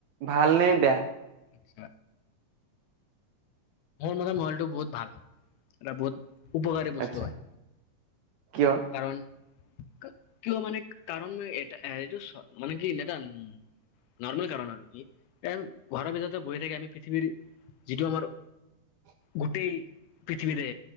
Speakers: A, on the right; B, on the left.
A: ভালনে, বেয়া?
B: আচ্ছা। মোৰ মানে মোবাইলটো বহুত ভাল, এটা বহুত উপকাৰী বস্তু
A: আচ্ছা,
B: হয়,
A: কিয়?
B: কাৰণ কিয় মানে কাৰণ এ এইটো মানে কি <unintelligible> নৰ্মেল কাৰণ আৰু, কি কাৰণ ঘৰৰ ভিতৰতে বহি থাকি আমি পৃথিৱীৰ যিটো আমাৰ
A: <inaudible>
B: গোটেই পৃথিৱীৰে